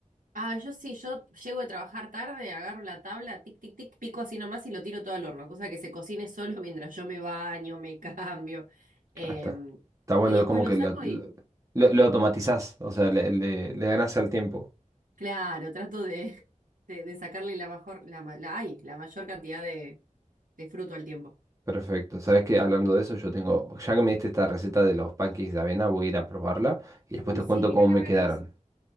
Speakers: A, on the right (about 85°); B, on the right (about 25°).
A: Ah, yo sí, yo llego de trabajar tarde, agarro la tabla, tic, tic, tic, pico así nomás y lo tiro todo al horno, cosa que se cocine solo <laughs> mientras yo me baño, me cambio. Em,
B: Hasta. Está bueno,
A: y después
B: como
A: lo
B: que
A: saco
B: lo, lo,
A: y,
B: lo- lo automatizás, o sea, le, le, le ganás al tiempo.
A: claro, trato de, de, de sacarle la mejor, la, ma- la, ay, la mayor cantidad de, de fruto al tiempo.
B: Perfecto. Sabes que hablando de eso, yo tengo, ya que me diste esta receta de los pancakes de avena, voy a ir a probarla y después
A: Uy,
B: te
A: sí,
B: cuento
A: mirá
B: cómo
A: la
B: me
A: hora
B: quedaron.
A: que es.